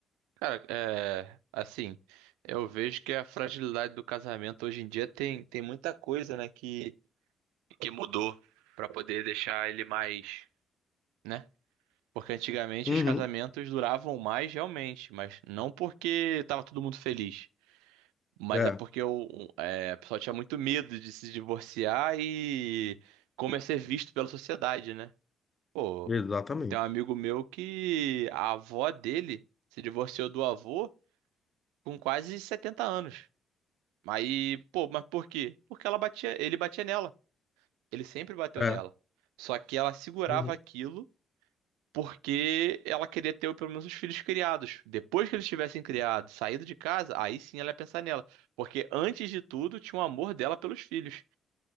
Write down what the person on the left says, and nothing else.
Uhum.
É,
exatamente.
É.
Uhum.